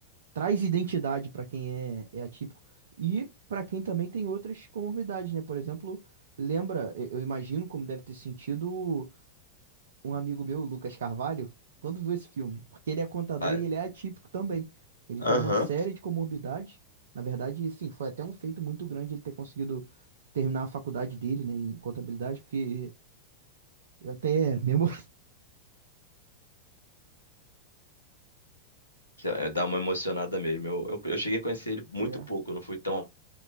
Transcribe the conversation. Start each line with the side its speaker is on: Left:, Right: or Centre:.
Right: traz identidade para quem é, é atípico e para quem também tem outras comorbidades, né? Por exemplo, lembra, eu eu imagino como deve ter sentido um amigo meu, Lucas Carvalho, quando viu esse filme, porque ele é contador
Left: Ah,
Right: e ele é atípico também. Ele
Left: Aham.
Right: tem uma série de comorbidades. Na verdade, sim, foi até um feito muito grande ele ter conseguido terminar a faculdade dele, né, em contabilidade, porque eu até mesmo <laughs>
Left: Sei lá, Dá uma emocionada mesmo. Eu, eu, eu cheguei a conhecer ele muito
Right: é,
Left: pouco, eu não fui tão.